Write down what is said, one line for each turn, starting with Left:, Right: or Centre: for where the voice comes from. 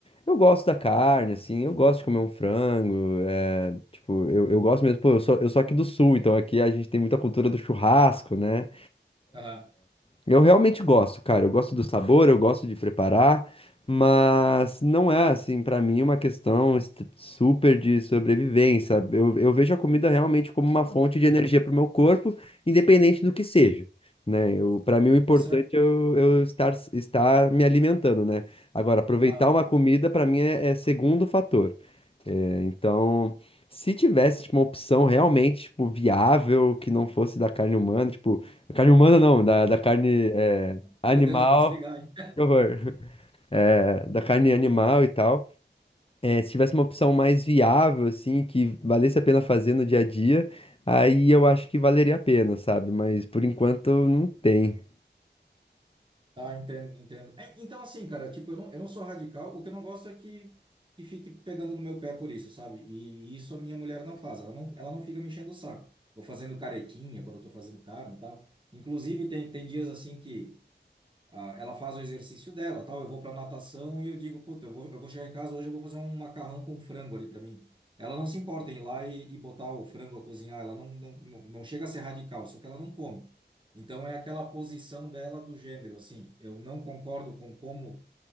Left: Eu gosto da carne, assim, eu gosto de comer um frango, é, tipo, eu, eu gosto mesmo, pô, eu sou, eu sou aqui do sul, então aqui a gente tem muita cultura do churrasco, né?
Right: aham.
Left: Eu realmente gosto, cara. Eu gosto do sabor, eu gosto de preparar, mas não é assim pra mim uma questão est- super de sobrevivência. Eu, eu vejo a comida realmente como uma fonte de energia para o meu corpo, independente do que seja, né? Eu, para mim o importante
Right: Tá certo.
Left: é eu, eu estar estar me alimentando, né? Agora aproveitar
Right: Ah,
Left: uma comida pra mim é é segundo fator. É, Então, se tivesse, tipo, uma opção realmente, tipo, viável, que não fosse da carne humana, tipo, da carne humana não, da, da carne é, animal,
Right: meu Deus, vou desligar, hein?
Left: que horror, <laughs> da carne animal e tal, é, se tivesse uma opção mais viável, assim, que valesse a pena fazer no dia a dia, aí eu acho que valeria a pena, sabe? Mas, por enquanto, não tem.
Right: Ah, entendo, entendo. É, então, assim, cara, tipo, eu não, eu não sou radical, o que eu não gosto é que, que fique pegando no meu pé por isso, sabe? E, isso a minha mulher não faz, ela não, ela não fica me enchendo o saco. Ou fazendo caretinha quando eu tô fazendo carne e tal. Inclusive, tem, tem dias assim que. Ah, ela faz o exercício dela, tal. Eu vou para natação e eu digo, puta, eu vou, eu vou chegar em casa hoje, eu vou fazer um macarrão com frango ali para mim. Ela não se importa em ir lá e, e botar o frango a cozinhar, ela não, não, não não chega a ser radical, só que ela não come. Então é aquela posição dela do gênero, assim, eu não concordo com como